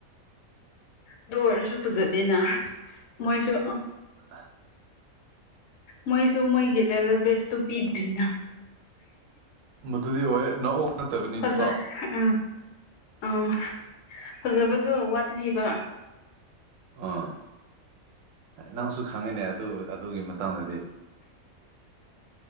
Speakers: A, on the left; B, on the right.
A: ꯑꯗꯨ ꯑꯣꯏꯔꯁꯨ ꯐꯖꯅꯤꯅ ꯃꯣꯏꯁꯨ
B: ꯑ
A: ꯃꯣꯏ ꯁꯨꯝꯃꯣꯏ ꯦꯂꯕ ꯁꯇꯨ ꯄꯤꯅ
B: ꯃꯗꯨꯗꯤ ꯑꯣꯏ ꯅꯑꯣ ꯅꯠꯇꯕꯅꯤꯅ
A: ꯐꯖ
B: ꯀꯣ
A: ꯑꯥ ꯑꯥ ꯐꯖꯕꯗꯣ ꯋꯥꯠꯂꯤꯕ
B: ꯑꯥ ꯅꯪꯁꯨ ꯈꯪꯉꯤꯅꯦ ꯑꯗꯨ ꯑꯗꯨꯒꯤ ꯃꯇꯥꯡꯗꯗꯤ